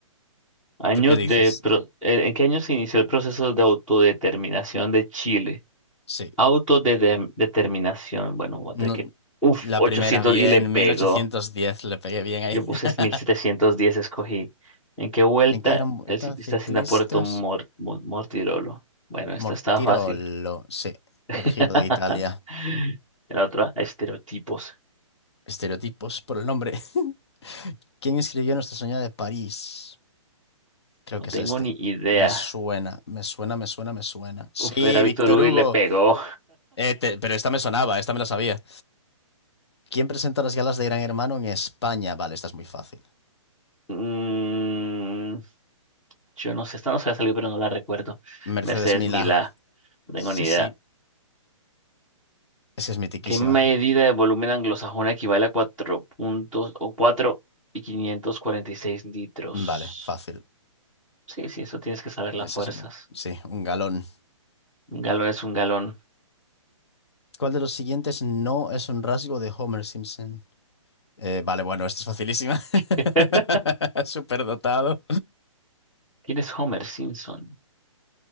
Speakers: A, in the centre; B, on the left.
A: Año
B: ¿Tú qué dices?
A: de pro- eh, ¿En qué año se inició el proceso de autodeterminación de Chile?
B: Sí.
A: Autodeterminación, bueno, voy
B: No,
A: a tener que... Uf,
B: la
A: 800
B: primera, bien,
A: y le pegó.
B: mil ochocientos diez le pegué bien ahí.
A: Yo puse
B: <laughs>
A: 1710 escogí. ¿En qué vuelta
B: ¿En qué gran vuelta
A: el ciclista
B: ciclistas?
A: asciende a Puerto Mor- Mo- Mortirolo? Bueno, esta
B: Mortirolo,
A: estaba fácil.
B: sí,
A: <laughs>
B: el Giro de Italia.
A: La otra, estereotipos.
B: Estereotipos por el nombre. <laughs> ¿Quién escribió Nuestra Señora de París? Creo
A: No
B: que
A: tengo
B: es este.
A: ni idea.
B: Me suena, me suena, me suena, me suena. Sí,
A: Uf, era Víctor
B: Víctor
A: Hugo
B: Hugo.
A: y le pegó.
B: Eh, te- pero esta me sonaba, esta me la sabía. ¿Quién presenta las galas de Gran Hermano en España? Vale, esta es muy fácil.
A: Mm, Yo no sé, esta no se ha salido, pero no la recuerdo.
B: Mercedes
A: Mercedes
B: Milá.
A: Milá, no tengo
B: Sí,
A: ni idea.
B: sí, es que es mitiquísima.
A: ¿Qué medida de volumen anglosajona equivale a 4 puntos o 4 y 546 litros?
B: Vale, fácil.
A: Sí, sí, eso tienes que saber las
B: Esa
A: fuerzas.
B: es muy- sí, un galón.
A: Un galón es un galón.
B: ¿Cuál de los siguientes no es un rasgo de Homer Simpson? Eh, vale, bueno, esto es facilísima.
A: <laughs>
B: <laughs> Superdotado.
A: ¿Quién es Homer Simpson?